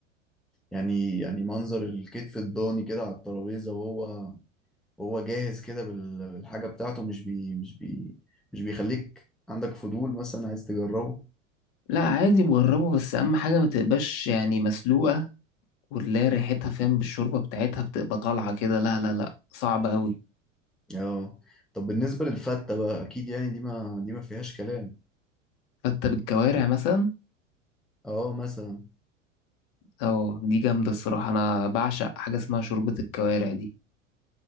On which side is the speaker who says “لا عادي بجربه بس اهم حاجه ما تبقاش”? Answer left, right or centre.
Left